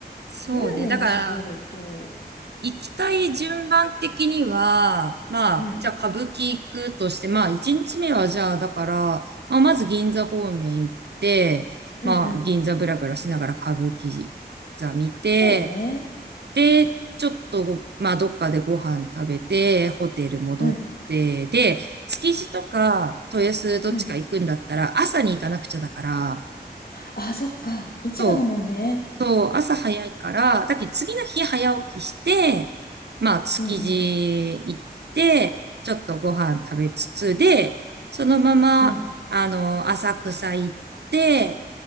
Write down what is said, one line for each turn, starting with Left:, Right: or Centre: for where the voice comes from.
Right: そうね。
Left: う。グルメに絞ると、
Right: だから、行きたい順番的には、まあ、
Left: うん、
Right: じゃあ歌舞伎行くとして、まあ、一日目はじゃあ、だから、まあ、まず銀座方面行って、
Left: うんうん。
Right: まあ、銀座ブラブラしながら歌舞伎座見て、
Left: そうだね。
Right: で、ちょっと、まあ、どっかでご飯食べて、ホテル戻って、
Left: うん、
Right: で、築地とか豊洲どっちか行くんだったら、
Left: うん。
Right: 朝に行かなくちゃだから、
Left: あ、そっか。市場だもんね。
Right: とそう、朝早いから、だけど次の日早起きして、まあ、築地行って、
Left: うんうん。
Right: ちょっとご飯食べつつで、そのまま、
Left: うん。
Right: あの、浅草行って、